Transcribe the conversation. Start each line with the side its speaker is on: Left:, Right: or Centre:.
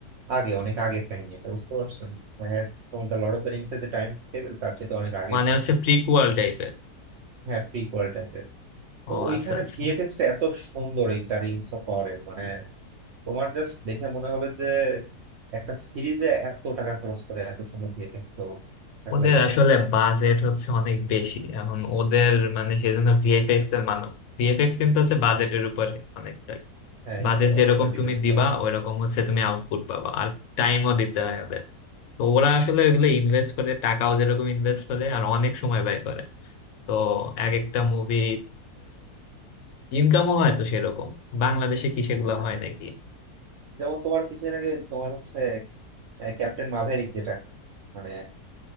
Right: আগে অনেক আগের কাহিনী এটা বুঝতে পারছো দেখা যাচ্ছে তোমার The Lord of the Rings এর যে টাইম টেবিল তার চেয়ে অনেক আগের
Left: মানে
Right: কাহিনী
Left: হচ্ছে প্রিকুয়াল টাইপের
Right: হ্যাঁ প্রিকুয়াল টাইপের তো
Left: ও
Right: ওইখানে
Left: আচ্ছা আচ্ছা
Right: ভিএফএক্স টা এত সুন্দর এই দ্য রিংস অফ পাওয়ারের মানে তোমার জাস্ট দেখে মনে হবে যে একটা সিরিজে এত টাকা খরচ করে এত সুন্দর ভিএফএক্স কেউ অ্যাপ্লাই
Left: ওদের
Right: করে
Left: আসলে
Right: কিনা
Left: বাজেট হচ্ছে অনেক বেশি এখন ওদের মানে সেই জন্য ভিএফএক্স এর মানে ভিএফএক্স কিন্তু হচ্ছে বাজেটের উপরে অনেকটাই
Right: হ্যাঁ
Left: বাজেট
Right: এই তো অবশ্য
Left: যেরকম
Right: ডিপেন্ড
Left: তুমি দিবা
Right: করে
Left: ওইরকম হচ্ছে তুমি আউটপুট পাবা আর টাইমও দিতে হয় ওদের তো ওরা আসলে ওইগুলো ইনভেস্ট করে টাকাও যেরকম ইনভেস্ট করে আর অনেক সময় ব্যয় করে তো এক একটা মুভি ইনকামও হয় তো সেরকম বাংলাদেশে কি সেগুলো
Right: হ্যাঁ
Left: হয় নাকি
Right: যেমন তোমার কিছুদিন আগে তোমার হচ্ছে ক্যাপ্টেন মাভেরিক যেটা মানে